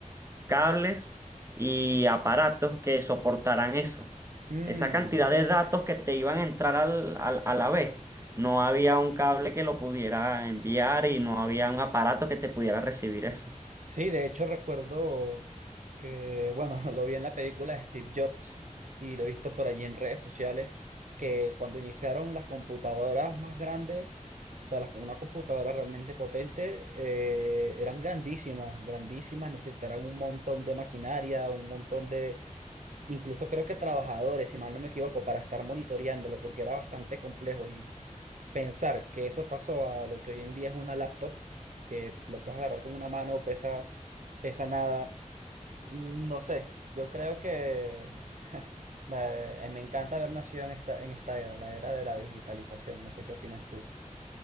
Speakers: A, on the right (about 20°); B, on the right (about 65°).
A: cables y aparatos que soportaran eso.
B: Mm.
A: Esa cantidad de datos que te iban a entrar al- al- a la vez. No había un cable que lo pudiera enviar y no había un aparato que te pudiera recibir eso.
B: Sí, de hecho recuerdo que, bueno, <laughs> lo vi en la película de Steve Jobs y lo he visto por allí en redes sociales, que cuando iniciaron las computadoras más grandes, o sea, las, una computadora realmente potente, eh, eran grandísimas, grandísimas, necesitaban un montón de maquinaria, un montón de, incluso creo que trabajadores, si mal no me equivoco, para estar monitoreándolo, porque era bastante complejo Pensar que eso pasó a lo que hoy en día es una laptop, que lo puedes agarrar con una mano, pesa, pesa nada, Mm, no sé, yo creo que <laughs> me, me encanta haber nacido en esta, en esta era, la era de la digitalización, no sé qué opinas tú,